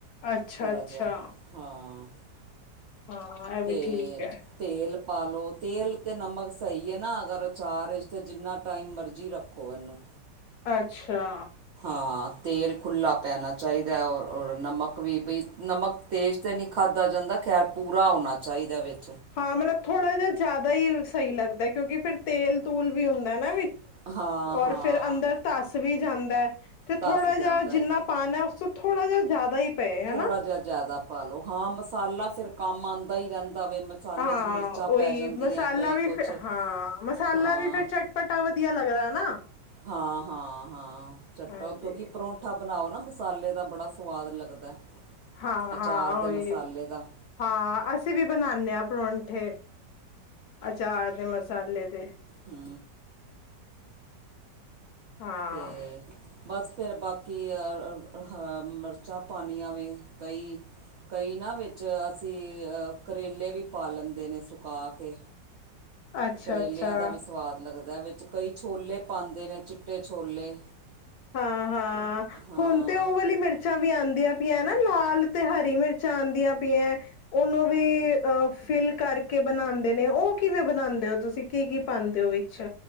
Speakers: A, on the left; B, on the right.
A: ਅੱਛਾ
B: ਥੋੜ੍ਹਾ
A: ਅੱਛਾ
B: ਜਿਹਾ ਹਾਂ
A: ਹਾਂ ਇਹ
B: ਤੇ
A: ਵੀ ਠੀਕ ਹੈ।
B: ਤੇਲ ਪਾ ਲਓ ਤੇਲ ਅਤੇ ਨਮਕ ਸਹੀ ਹੈ ਨਾ ਅਗਰ ਅਚਾਰ ਤਾਂ ਜਿੰਨਾ ਟਾਈਮ ਮਰਜ਼ੀ ਰੱਖੋ ਇਹਨੂੰ।
A: ਅੱਛਾ
B: ਹਾਂ ਤੇਲ ਖੁੱਲਾ ਪੈਣਾ ਚਾਹੀਦਾ ਔਰ ਨਮਕ ਵੀ ਬਈ ਨਮਕ ਤੇਜ਼ ਤਾਂ ਨਹੀਂ ਖਾਧੀ। ਜਾਂਦਾ ਖੈਰ ਪੂਰਾ ਹੋਣਾ ਚਾਹੀਦਾ ਵਿੱਚ।
A: ਹਾਂ ਮਤਲਬ ਥੋੜ੍ਹਾ ਜਿਹਾ ਜ਼ਿਆਦਾ ਹੀ ਸਹੀ ਲੱਗਦਾ ਕਿਉਂਕਿ ਫਿਰ ਤੇਲ ਤੂਲ ਵੀ ਹੁੰਦਾ ਨਾ
B: ਹਾਂ ਹਾਂ
A: ਔਰ ਫਿਰ ਅੰਦਰ ਤੱਸ ਵੀ ਜਾਂਦਾ। ਤੇ
B: ਧੱਸ
A: ਥੋੜਾ ਜਿਹਾ
B: ਜਾਂਦਾ
A: ਜਿੰਨਾ
B: ਹੈ
A: ਪਾਣਾ ਹੈ ਉਸ ਤੋਂ ਥੋੜ੍ਹਾ ਜਿਹਾ ਜ਼ਿਆਦਾ ਹੀ। ਪਏ ਹਨਾ
B: ਥੋੜਾ ਜਿਹਾ ਜਿਆਦਾ ਪਾਲੋ ਹਾਂ ਮਸਾਲਾ ਫਿਰ ਕੰਮ ਆਉਂਦਾ ਹੀ ਰਹਿੰਦਾ। ਵੇ ਮਸਾਲੇ
A: ਹਾਂ
B: 'ਚ ਮਿਰਚਾਂ
A: ਉਹੀ
B: ਪੈ ਜਾਂਦੀਆਂ
A: ਮਸਾਲਾ
B: ਕਈ
A: ਵੀ
B: ਕੁਛ
A: ਫ ਹਾਂ ਮਸਾਲਾ
B: ਹਾਂ
A: ਵੀ ਫੇਰ ਚਟਪਟਾ ਵਧੀਆ ਲੱਗਦਾ ਲੱਗਦਾ ਨਾ।
B: ਹਾਂ ਹਾਂ ਹਾਂ ਚਟਪ
A: ਹਾਂਜੀ
B: ਕਿਉਂਕਿ ਪਰੌਂਠਾ ਬਣਾਓ ਨਾ ਮਸਾਲੇ ਦਾ ਬੜਾ ਸਵਾਦ ਲੱਗਦਾ।
A: ਹਾਂ
B: ਅਚਾਰ
A: ਹਾਂ ਉਹੀ
B: ਦੇ ਮਸਾਲੇ ਦਾ
A: ਹਾਂ ਅਸੀਂ ਵੀ ਬਣਾਦੇ ਹਾਂ ਪਰੌ। ਪਰੌਂਠੇ ਅਚਾਰ ਦੇ ਮਸਾਲੇ ਦੇ।
B: ਹੂ
A: ਹਾਂ
B: ਤੇ ਬਸ ਫਿਰ ਬਾਕੀ ਅ ਮਿਰਚਾਂ ਪਾਣੀ ਆਂ ਵੇ ਕਈ। ਕਈ ਨਾ ਵਿੱਚ ਅਸੀਂ ਕਰੇਲੇ ਵੀ ਪਾ ਲੈਂਦੇ ਨੇ ਸੁਕਾ ਕੇ।
A: ਅੱਛਾ-ਅੱਛਾ,
B: ਕਰੇਲਿਆਂ ਦਾ ਵੀ ਸਵਾਦ ਲੱਗਦਾ ਹੈ ਵਿੱਚ ਕਈ ਛੋਲੇ ਪਾਉਂਦੇ ਨੇ ਚਿੱਟੇ ਛੋਲੇ
A: ਹਾਂ ਹਾਂ
B: ਹਾਂ
A: ਹੁਣ ਤੇ ਉਹ ਵਾਲੀ ਮਿਰਚਾਂ ਵੀ ਆਉਂਦੀ। ਪੀਆ ਨਾ ਲਾਲ ਤੇ ਹਰੀ ਮਿਰਚਾਂ ਆਉਂਦੀਆਂ ਪਈਆ ਉਹਨੂੰ ਵੀ ਅ ਫਿਲ ਕਰ ਕਰਕੇ ਬਣਾਉਂਦੇ ਨੇ ਉਹ ਕਿਵੇਂ ਬਣਾਉਂਦੇ ਹੋ ਤੁਸੀਂ ਕੀ ਕੀ ਪਾਉਂਦੇ ਹੋ ਵਿੱਚ।